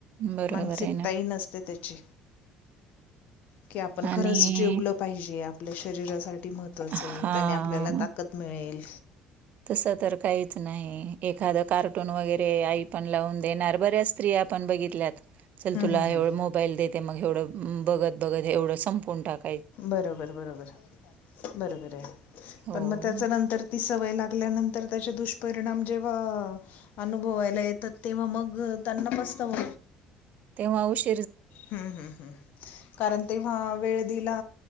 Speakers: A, on the right; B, on the left.
A: बरोबर
B: मानसिकताही
A: आहे ना
B: नसते त्याची की आपण खरंच
A: आणि
B: जेवलं पाहिजे आपल्या शरीरासाठी महत्त्वाचं
A: हा
B: आहे त्याने आपल्याला ताकद मिळेल.
A: तसं तर काहीच नाही एखादं कार्टून वगैरे आई पण लावून देणार बऱ्याच स्त्रिया आपण बघितल्यात चल
B: हं,
A: तुला
B: हं, हं.
A: एवढं मोबाईल देते मग एवढं बघत बघत एवढं संपून टाक.
B: बरोबर बरोबर बरोबर आहे
A: हो.
B: पण मग त्याच्या नंतर ती सवय लाग ल्या नंतर दुष्पिणाम जेव्हा अनुभवला येतात तेव्हा मग त्यांना मस्त <inaudible>
A: तेव्हा उशी
B: हम्म हम्म हम्म कारण तेव्हा वेळ दिला